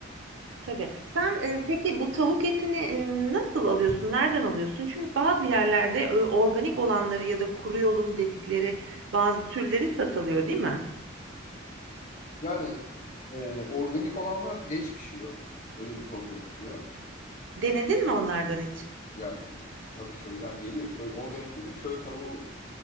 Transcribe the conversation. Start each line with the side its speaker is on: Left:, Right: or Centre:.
Right: Tabii. Sen, eee, peki bu tavuk etini, eee, nasıl alıyorsun? Nereden alıyorsun? Çünkü bazı yerlerde, eee, organik olanları ya da kuru yolum dedikleri bazı türleri satılıyor, değil mi?
Left: Yani e, organik olanlar geç pişiyor. Öyle bir problem oluyor. Çünkü
Right: Denedin mi onlardan hiç?
Left: yani tabii köyden geliyor. Köy organik dediğin köy tavuğu